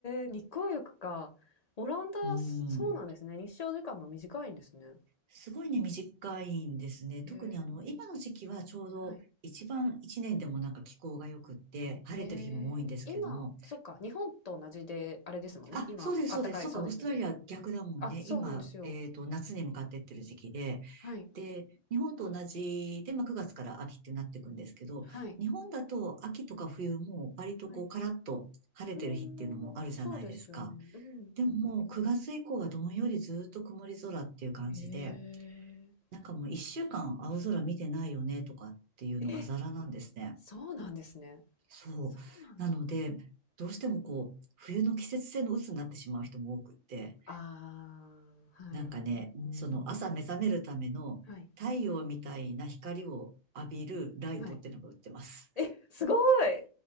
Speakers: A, on the left; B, on the right.
A: ー、日光浴か。オランダ、
B: うん。
A: そそうなんですね。日照時間が短いんですね。
B: すごいね、短いんですね。特にあの、
A: へえ、
B: 今の時期はちょうど一番一年でもなんか気候が良くって、
A: はい。
B: 晴れてる日も多いんですけれども。
A: へえ、今、そっか、日本と同じで、あれですもんね。
B: あ、
A: 今、
B: そうです、
A: あったかい、
B: そうです。そっか、
A: そうですね。
B: オーストラリア逆だもんね。
A: あ、そうなんですよ。
B: 今、えっと、夏に向かってってる時期で。
A: はい。
B: で、日本と同じで、まあ、
A: うん、
B: 9月から秋ってなっていくんですけど、
A: はい。
B: 日本だと秋とか冬も割とこうカラッと晴れてる日っていうのもあるじゃないですか。
A: はい。うーん、そうですよね。うん。
B: でももう9月以降はどんよりずっと曇り空っていう感じで、
A: へえ。
B: なんかもう1週間青空見てないよねとかっていうのがザラなんですね。
A: え、そうなんですね。
B: そう。
A: そうなんだ。
B: なので、どうしてもこう、冬の季節性の鬱になってしまう人も多くって、
A: ああ、はい。
B: なんかね、
A: うんうんうん。
B: うそん。の朝目覚めるための太陽みたいな光を浴びるライトってのが売ってます。
A: はい。はい。え、すごい。